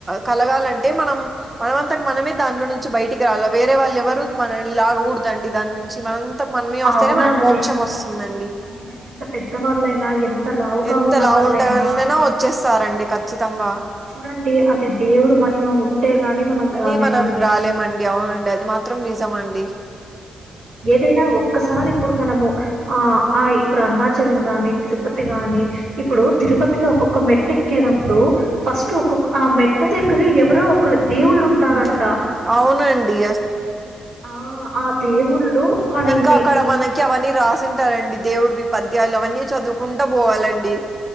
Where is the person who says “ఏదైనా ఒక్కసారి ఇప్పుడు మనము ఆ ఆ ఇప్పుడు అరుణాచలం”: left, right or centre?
Right